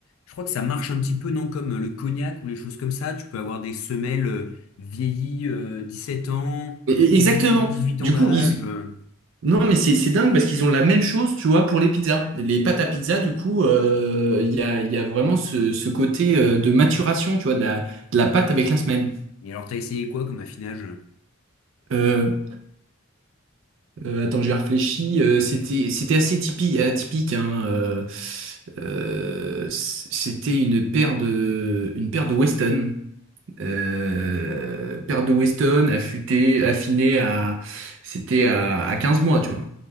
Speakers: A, on the left; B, on the right.
A: je crois que ça marche un petit peu, non, comme euh, le cognac ou les choses comme ça. Tu peux avoir des semelles euh, vieillies euh, 17 ans,
B: et-
A: vieillies
B: et- Exactement.
A: huit
B: Du
A: ans d'âge.
B: coup, ils...
A: euh.
B: Non, mais c'est c'est dingue parce qu'ils ont la même chose, tu vois, pour les pizzas. Les pâtes à pizza, du coup, euh, il y a, il y a vraiment ce, ce côté euh, de maturation, tu vois, de la, de la pâte avec la semelle.
A: Et alors, t'as essayé quoi comme affinage?
B: Euh, euh, attends, j'ai réfléchi. euh, c'était, c'était assez typique, atypique, hein, euh, euh, c- c'était une paire de, une paire de Weston. euh, paire de Weston affûtée, affinée à, c'était à, à 15 mois, tu vois.